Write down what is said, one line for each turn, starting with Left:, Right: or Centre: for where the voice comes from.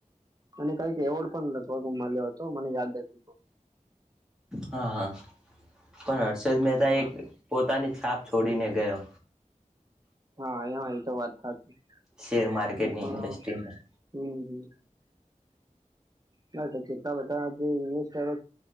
Right: મને કઈ એવોર્ડ પણ લખવા મળ્યો હતો મને યાદ નથી
Centre: હા હા પણ હર્ષદ મહેતા
Right: હા
Centre: એક પોતાની છાપ છોડીને ગયો
Right: હા એ તો વાત સાચી
Centre: શેર માર્કેટની
Right: એ પણ
Centre: ઇન્ડસ્ટ્રીમાં
Right: હમ હ ના જેટલા બધા જે ઇન્વેસ્ટરો